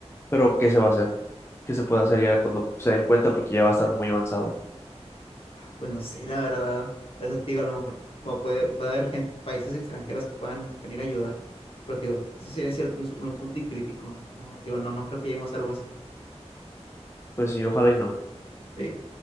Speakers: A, on the left (about 20°); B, on the left (about 55°).
A: pero ¿qué se va a hacer? ¿Qué se puede hacer ya cuando se den cuenta porque ya va a estar muy avanzado?
B: Pues no sé, la verdad. Eso te digo, a lo mejor o puede, puede haber gente, países extranjeros que puedan venir a ayudar. Pero te digo, eso sería en cierto, un, un punto y crítico. No, te digo, no, no creo que lleguemos a algo así.
A: Pues sí, ojalá y no.
B: Sí.